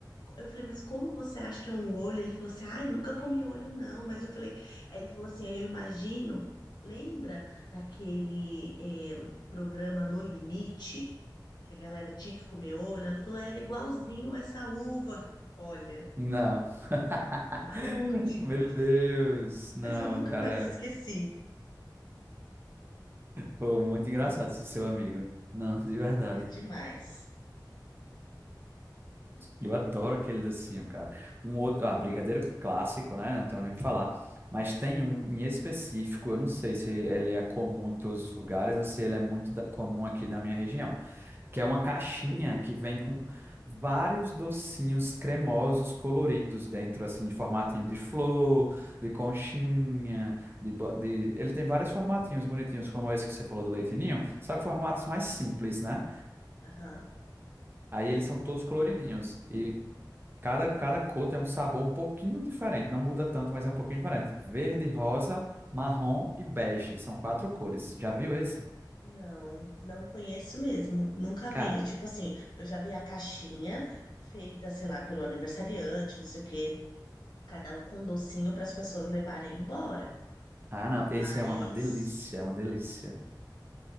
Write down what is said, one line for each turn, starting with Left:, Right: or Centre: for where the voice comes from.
Left: Eu falei, mas como você acha que é um olho? Ele falou assim, ai, nunca comi olho não. Mas eu falei, aí ele falou assim, aí eu imagino, lembra naquele eh, programa No Limite, que a galera tinha que comer olho? Ele falou, era igualzinho essa uva. Olha,
Right: Não.
Left: maluco,
Right: <laughs>
Left: tipo,
Right: Meu Deus. Não,
Left: mas eu nunca
Right: cara.
Left: mais esqueci.
Right: Pô, muito engraçado esse seu amigo. Não, de verdade.
Left: É demais.
Right: Eu adoro aquele docinho, cara. Um outro, ah, brigadeiro clássico, né? Não tenho nem o que falar.
Left: Uhum.
Right: Mas tem um em específico, eu não sei se ele é comum em todos os lugares ou se ele é muito da- comum aqui na minha região que é uma
Left: Ah,
Right: caixinha que vem com vários docinhos cremosos coloridos dentro, assim, em formatinho de flor, de conchinha, de, bo- de... Ele tem vários formatinhos bonitinhos, como esse que você falou do leitinho, só que formatos
Left: sei.
Right: mais simples, né?
Left: Aham.
Right: Aí eles são todos coloridinhos e cada, cada cor tem um sabor um pouquinho diferente, não muda tanto, mas é um pouquinho diferente. Verde, rosa, marrom e bege, são quatro cores. Já viu esse?
Left: Não, não conheço mesmo. Nunca
Right: Cara,
Left: vi. É Tipo assim, eu já vi a caixinha feita, sei lá, pelo aniversariante, não sei o quê, cada um com um docinho para as pessoas levarem embora.
Right: ah não,
Left: Mas,
Right: esse é uma delícia, é uma delícia.